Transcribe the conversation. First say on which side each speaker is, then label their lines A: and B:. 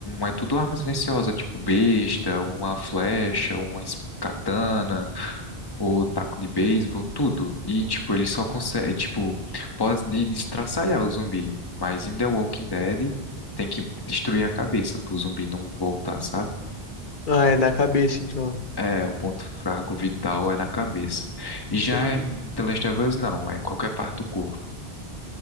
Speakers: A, on the left; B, on the left.
A: é tudo arma silenciosa, tipo besta, uma flecha, uma es- katana, ou taco de beisebol, tudo. E, tipo, eles só conseguem, tipo, pode destraçalhar o zumbi. Mas em The Walking Dead, tem que destruir a cabeça pro zumbi não voltar, sabe?
B: Ah, é da cabeça, então.
A: É, o ponto fraco vital é na cabeça. Já
B: Entendi.
A: em The Last of Us, não, é qualquer parte do corpo.